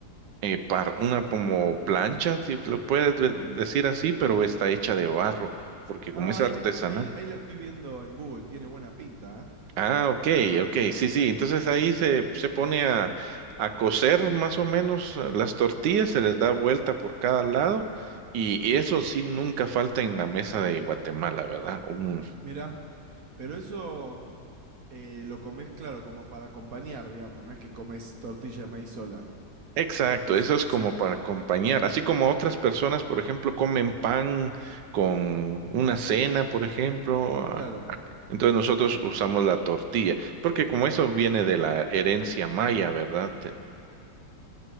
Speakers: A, on the right (about 80°); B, on the right (about 55°).
A: eh, par- una como plancha, si lo puedes de- decir así, pero está hecha de barro, porque
B: Ah,
A: como es
B: ahí,
A: artesanal.
B: me estoy- ahí, ahí la estoy viendo en Google, tiene buena pinta, ¿eh?
A: Ah, ok, ok, sí, sí. Entonces ahí se, se pone a, a cocer más o menos eh, las tortillas, se les da vuelta por cada lado y, y eso sí nunca falta en la mesa de Guatemala, ¿verdad? Un-
B: Mirá. Pero eso eh, lo comes, claro, como para acompañar, digamos, no es que comes tortilla de maíz sola.
A: exacto,
B: O, s-
A: eso
B: o
A: es
B: sí,
A: como para acompañar, así como otras personas, por ejemplo, comen pan con una cena, por ejemplo. ah,
B: claro.
A: Entonces nosotros usamos la tortilla, porque como eso viene de la herencia maya, ¿verdad? Te-